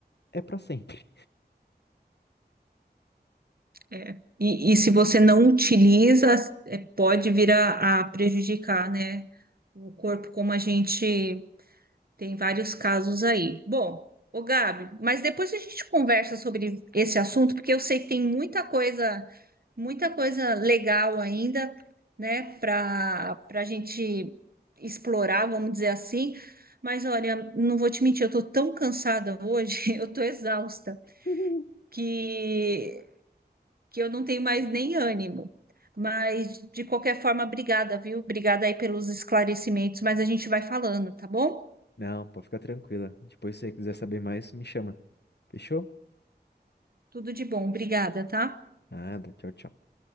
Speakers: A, on the left; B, on the right.
A: é para sempre.
B: É. E, e se você não utiliza, é, pode vir a, a prejudicar, né? O corpo, como a gente tem vários casos aí. Bom, ô Gabi, mas depois a gente conversa sobre esse assunto, porque eu sei que tem muita coisa muita coisa legal ainda, né, para para a gente explorar, vamos dizer assim. Mas olha, não vou te mentir, eu tô tão cansada hoje, <laughs> eu tô exausta,
A: <laughs>
B: que que eu não tenho mais nem ânimo. Mas de qualquer forma, obrigada, viu? Obrigada aí pelos esclarecimentos, mas a gente vai falando, tá bom?
A: Não, pode ficar tranquila. Depois, se você quiser saber mais, me chama. Fechou?
B: Tudo de bom, obrigada, tá?
A: Nada. Tchau, tchau.